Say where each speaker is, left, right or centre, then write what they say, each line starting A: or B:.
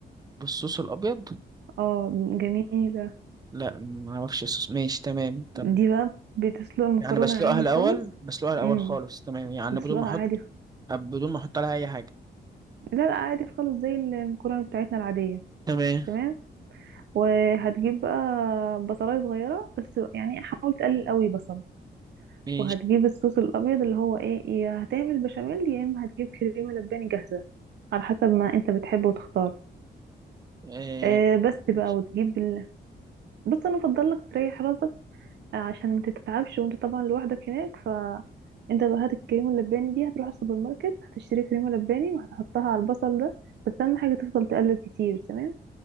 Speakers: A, on the right; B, on the right.
A: بالصوص الابيض
B: اه جميله
A: لا ما اعرفش الصوص ماشي تمام طب
B: دي بقى بتسلق المكرونه
A: يعني بسلقها
B: عادي
A: الاول
B: خالص
A: بسلقها الاول
B: امم
A: خالص تمام يعني
B: بتسلقها
A: بدون ما احط
B: عادي
A: بدون ما احط عليها اي حاجه
B: لا لا عادي خالص زي المكرونه بتاعتنا العاديه
A: تمام
B: تمام وهتجيب بقى بصلايه صغيره بس يعني حاول تقلل قوي بصل
A: ماشي
B: وهتجيب الصوص الابيض اللي هو ايه يا هتعمل بشاميل يا اما هتجيب كريمه لباني جاهزه على حسب ما انت بتحبه وتختار
A: آه.
B: آه بس بقى
A: ماشي
B: وتجيب ال... بص انا افضل لك تريح راسك عشان ما تتعبش وانت طبعا لوحدك هناك فانت بقى هات الكريمه اللباني دي هتروح السوبر ماركت هتشتري كريمه لباني وهتحطها على البصل ده بس اهم حاجه تفضل تقلب كتير تمام